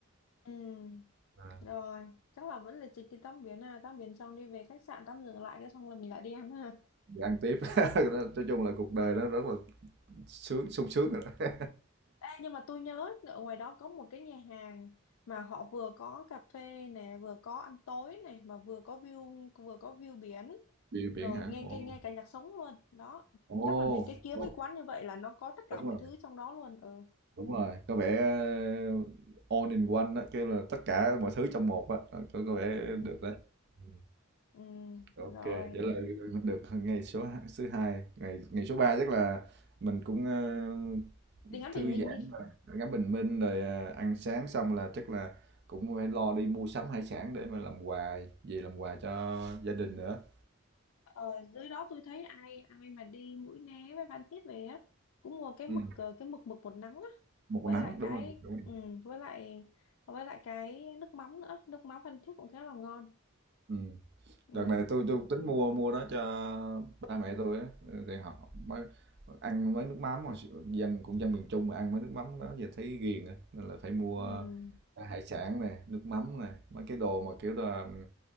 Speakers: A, on the left; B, on the right.
A: ừ
B: Ờ,
A: rồi chắc là vẫn là chỉ đi tắm biển à tắm biển xong đi về khách sạn tắm dừng lại cái xong là mình lại đi ăn ha
B: Thì ăn tiếp, <laughs> nói chung là cuộc đời nó rất là sướng sung sướng rồi đó.
A: Ê, nhưng mà tôi nhớ ở ngoài đó có một cái nhà hàng mà họ vừa có cà phê nè vừa có ăn tối này mà vừa có view vừa có view biển
B: <laughs> Biển
A: rồi
B: biển hả?
A: nghe
B: Ồ,
A: nghe nghe cả nhạc sống luôn đó
B: ồ,
A: chắc là mình cái kiếm
B: ồ,
A: cái quán như vậy là nó có tất cả
B: đúng
A: mọi
B: rồi,
A: thứ trong đó luôn ừ
B: đúng rồi, có vẻ ờ, all in one á, kêu là tất cả mọi thứ trong một á, Ờ, có có vẻ
A: ừ,
B: được đấy. Ừ.
A: ừ.
B: Ok,
A: rồi
B: vậy là được ngày số h- thứ hai, ngày ngày số 3 chắc là mình cũng ờ,
A: đi ngắm
B: thư
A: bình minh
B: giãn
A: đi
B: và ngắm bình minh rồi ờ, ăn sáng xong là chắc là cũng phải lo đi mua sắm hải sản để mà làm quà, về làm quà cho gia đình nữa.
A: Ờ, dưới đó tôi thấy ai ai mà đi Mũi Né với Phan Thiết về á cũng mua cái mực
B: Ừm,
A: ờ, cái mực mực bột nắng á
B: một
A: với
B: nắng,
A: lại cái
B: đúng rồi, đúng rồi.
A: ừ, với lại với lại cái nước mắm nữa nước mắm Phan Thiết cũng khá là ngon
B: Ừm,
A: ừ
B: đợt này tôi tôi tính mua mua đó cho ba mẹ tôi á, ừ, thì họ mới ăn mấy nước mắm mà dân cũng dân miền Trung mà ăn mấy nước mắm đó giờ thấy ghiền á, nên là phải mua
A: ừ
B: hải sản này, nước mắm này, mấy cái đồ mà kiểu là